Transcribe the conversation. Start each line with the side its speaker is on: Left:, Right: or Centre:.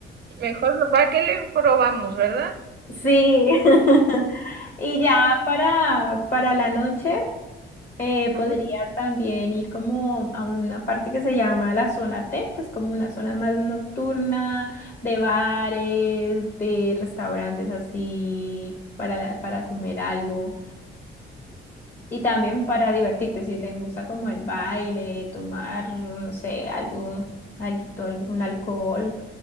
Right: Mejor, no- ¿para qué le probamos, verdad?
Left: Sí. <laughs> Y ya para, para la noche eh, podría
Right: Ujú.
Left: también ir como a una parte que se llama la zona T, que es como una zona más nocturna de bares, de restaurantes así para, para comer algo. Y también para divertirte, si te gusta como el baile, tomar, no sé, algo, alguito, algún alcohol,